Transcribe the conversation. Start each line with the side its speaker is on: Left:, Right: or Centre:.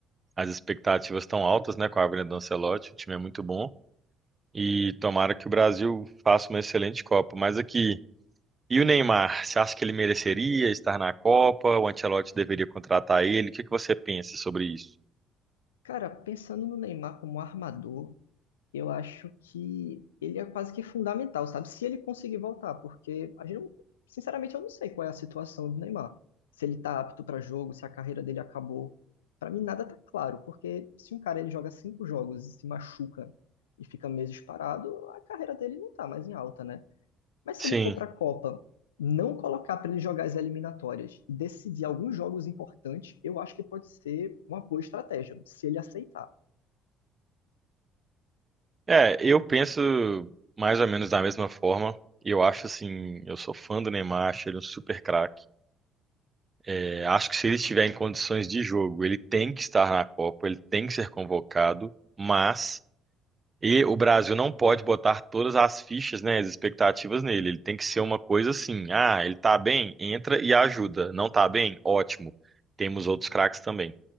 Right: as expectativas estão altas, né, com a vinda do Ancelotti, o time é muito bom. E tomara que o Brasil faça uma excelente Copa. Mas aqui, e o Neymar? Você acha que ele mereceria estar na Copa? O Ancelotti deveria contratar ele? O que que você pensa sobre isso?
Left: Cara, pensando no Neymar como armador, eu acho que ele é quase que fundamental, sabe? Se ele conseguir voltar, porque a gente não, sinceramente eu não sei qual é a situação do Neymar. Se ele tá apto para jogo, se a carreira dele acabou. Para mim nada tá claro, porque se um cara ele joga cinco jogos e se machuca e fica meses parado, a carreira dele não tá mais em alta, né? Mas se
Right: Sim.
Left: ele for para a Copa, não colocar para ele jogar as eliminatórias e decidir alguns jogos importantes, eu acho que pode ser uma boa estratégia, se ele aceitar.
Right: É, eu penso mais ou menos da mesma forma. E Eu acho assim, eu sou fã do Neymar, acho ele um super craque. É, acho que se ele estiver em condições de jogo, ele tem que estar na Copa, ele tem que ser convocado, mas e o Brasil não pode botar todas as fichas, né, as expectativas nele. Ele tem que ser uma coisa assim, ah, ele tá bem, entra e ajuda. Não tá bem? Ótimo. Temos outros craques também.